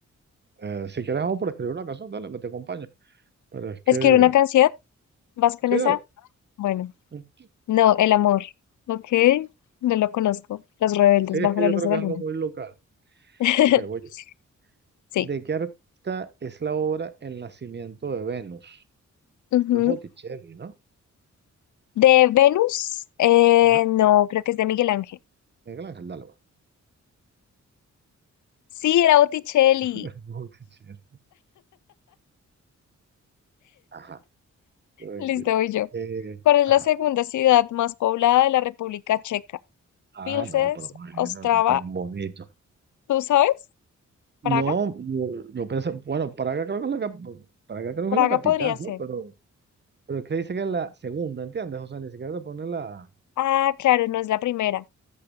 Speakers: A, on the right (about 35°); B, on the left (about 75°).
A: eh, si quieres, vamos por escribir una canción, dale, me te acompaño. Pero es que,
B: Escribir una canción. ¿Vas con
A: sí,
B: esa?
A: dale.
B: Bueno,
A: Mm.
B: no, el amor. Ok, no lo conozco. Los rebeldes
A: Sí, es
B: bajo
A: que
B: la
A: yo
B: luz
A: creo
B: de
A: que
B: la
A: es
B: luna.
A: algo muy local.
B: <laughs>
A: Ok, voy yo.
B: Sí.
A: ¿De qué artista es la obra El nacimiento de Venus?
B: Ujú.
A: Es Botticelli, ¿no?
B: ¿De Venus? Eh,
A: Ajá,
B: no, creo que es de Miguel Ángel.
A: Miguel Ángel, dale, va.
B: Sí, era Botticelli.
A: <laughs> Botticelli. Ajá. Eh,
B: Listo, voy yo.
A: eh,
B: ¿Cuál es
A: ajá.
B: la segunda ciudad más poblada de la República Checa?
A: Ah,
B: Pilses,
A: no, pero imagínate,
B: Ostrava,
A: tan bonito.
B: ¿tú sabes? Praga.
A: No, yo, yo pensé, bueno, Praga creo que es la, cap- Praga creo
B: Praga
A: que es la capital,
B: podría ser.
A: ¿no? Pero, pero es que dice que es la segunda, ¿entiendes? O sea, ni siquiera te pone la...
B: Ah, claro, no es la primera.